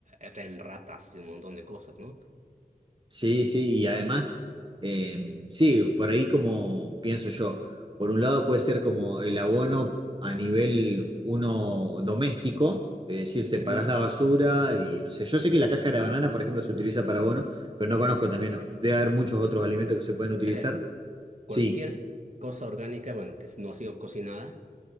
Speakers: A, on the right; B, on the right.
A: atraen ratas y un montón de cosas, ¿no?
B: Sí, sí, y además, eh, sí, por ahí como pienso yo, por un lado puede ser como el abono a nivel uno doméstico, es decir, separás
A: Ujú.
B: la basura y no sé, yo sé que la cáscara de banana, por ejemplo, se utiliza para abono, pero no conozco también, ¿no? debe haber muchos otros alimentos que se pueden utilizar,
A: O sea, cualquier
B: sí,
A: cosa orgánica, bueno, que no ha sido cocinada,